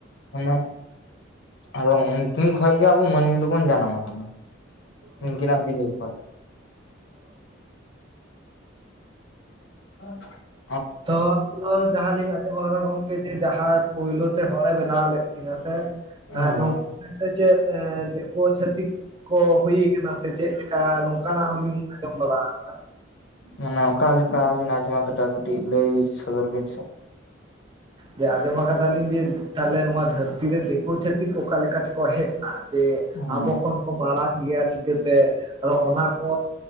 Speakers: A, on the left; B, on the right.
A: ᱚᱱᱮ ᱟᱫᱚ ᱩᱱᱠᱤᱱ ᱠᱷᱚᱡ ᱜᱮ ᱟᱵᱚ ᱢᱟᱹᱱᱢᱤ ᱫᱚᱵᱚᱱ ᱡᱟᱱᱟᱢ ᱟᱠᱟᱱᱟ᱾ ᱩᱱᱠᱤᱱᱟᱜ ᱵᱤᱞᱤ ᱠᱷᱚᱡ᱾ <inaudible>
B: ᱛᱚ ᱡᱟᱦᱟᱸ <inaudible> ᱡᱟᱦᱟᱸ ᱞᱤᱧ ᱟᱸᱡᱚᱢ ᱠᱟᱫᱟ ᱜᱚᱝᱠᱮ ᱡᱮ ᱡᱟᱦᱟᱸᱭ ᱯᱳᱭᱞᱳ ᱛᱮ ᱦᱚᱲᱮ ᱵᱮᱱᱟ ᱵᱮᱱᱟᱣ ᱞᱮᱫ ᱠᱤᱱᱟ ᱥᱮ
A: ᱦᱳᱭ
B: ᱱᱚᱝᱠᱤᱱ ᱫᱚ ᱪᱮᱫ ᱫᱤᱠᱩ ᱪᱷᱟᱹᱛᱤᱠ ᱠᱚ ᱦᱩᱭ ᱠᱟᱱᱟ ᱥᱮ ᱪᱮᱫᱮᱠᱟ ᱱᱚᱝᱠᱟᱱᱟᱜ ᱦᱚᱸᱞᱤᱧ ᱟᱸᱡᱚᱢ ᱵᱟᱲᱟᱣᱟᱠᱟᱫᱟ᱾
A: ᱢᱟᱱᱮ ᱚᱠᱟᱞᱮᱠᱟᱵᱤᱱ ᱟᱡᱚᱢ ᱠᱟᱹᱫᱟ ᱠᱟᱹᱴᱤᱡ ᱞᱟᱹᱭ ᱥᱚᱫᱚᱨ ᱵᱤᱱ ᱥᱮ᱾
B: ᱡᱮ ᱟᱸᱡᱚᱢᱟ ᱠᱟᱫᱟᱞᱤᱧ ᱡᱮ ᱛᱟᱞᱦᱮ ᱱᱚᱣᱟ ᱫᱷᱟᱹᱨᱛᱤ ᱨᱮ ᱫᱤᱠᱩ ᱪᱷᱟᱹ ᱛᱤᱠ ᱚᱠᱟ ᱛᱮᱠᱚ ᱦᱮᱡ ᱮᱱᱟ ᱡᱮ
A: ᱦᱮᱸ
B: ᱟᱵᱚ ᱠᱷᱚᱱ ᱠᱚ ᱢᱟᱲᱟᱝ ᱜᱮᱭᱟ ᱪᱤᱠᱟᱹᱛᱮ? ᱟᱫᱚ ᱚᱱᱟ ᱠᱚ